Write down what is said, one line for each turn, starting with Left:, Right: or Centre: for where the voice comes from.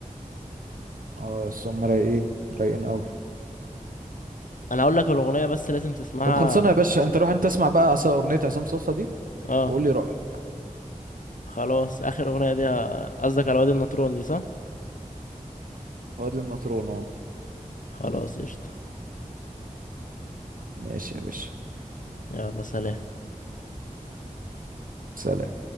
Right: اه يا اسطى هم رايقين رايقين قوي
Left: انا هقول لك الاغنية بس لازم تسمعها
Right: طب خلصانه يا باشا انت روح انت اسمع بقى عصا- اغنيه عصام صاصا دي
Left: اه
Right: وقول لي رايك
Left: خلاص اخر اغنية دي ه- قصدك على وادي النطرون دي صح
Right: وادي النطرون اه
Left: خلاص قشطة
Right: ماشي يا باشا
Left: يلا سلام
Right: سلام